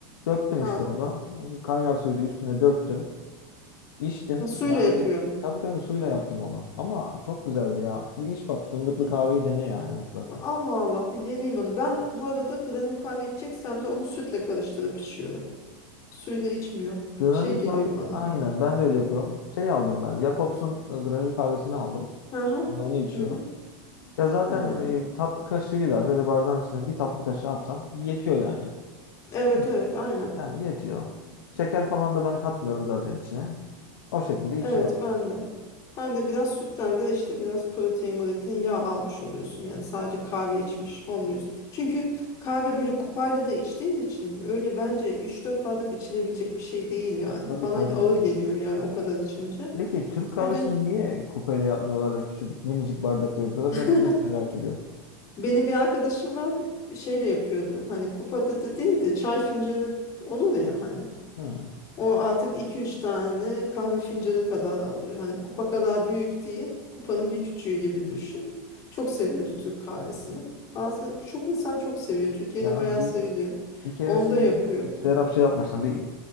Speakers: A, on the left; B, on the left.
A: Döktüm
B: ha.
A: işte onu. Kaynar suyu da üstüne döktüm. İçtim.
B: Ha, suyla
A: Ya
B: yapıyorsun.
A: tabii tabii suyla yaptım onu. Ama çok güzeldi ya. Bir iç bak fındıklı
B: E,
A: kahveyi dene yani mutlaka.
B: Allah Allah bir deneyeyim onu. Ben bu arada granül kahve içeceksem de onu sütle karıştırıp içiyorum. Suyla içmiyorum.
A: Granül
B: Şey geliyor
A: kahve
B: bana.
A: aynen ben de öyle yapıyorum. Şey aldım ben. Jacobs'un e, granül kahvesini aldım.
B: Hı hı.
A: Şimdi Onu içiyorum.
B: Hı hı.
A: Ya zaten
B: Ha.
A: e, bir tatlı kaşığıyla şöyle bardağın içine bir tatlı kaşığı atsam yetiyor yani.
B: Evet
A: Değil mi?
B: evet aynen.
A: Yani yetiyor. Şeker falan da ben katmıyorum zaten içine. O şekilde içiyorum.
B: Evet ben de. Hem de biraz sütten de işte biraz protein, protein, yağ almış oluyorsun. Yani sadece kahve içmiş olmuyorsun. Çünkü kahve böyle kupayla da içtiğin için öyle bence üç dört bardak içilebilecek bir şey değil yani.
A: Tabii
B: Bana
A: tabii.
B: ağır geliyor yani o kadar içince.
A: Peki Türk kahvesini
B: O yüzden
A: niye kupeyle yapmıyorlar da küçücük minicik bardakla yapıyorlar?
B: <laughs>
A: Ben onu da hep merak ediyorum.
B: benim bir arkadaşım var şeyle yapıyordu. Hani kupada da da değil de çay fincanı olur ya hani.
A: Hmm.
B: O artık iki üç tane kahve fincanı kadar alıyor. Hani kupa kadar büyük değil, kupanın bir küçüğü gibi düşün. Çok seviyordu Türk kahvesini. Bazı çok insan çok seviyor. Türkiye'de
A: Ya
B: bayağı
A: bir
B: seviliyor.
A: Bir keresinde
B: Onda yapıyordum.
A: Serap şey yapmıştım. Bir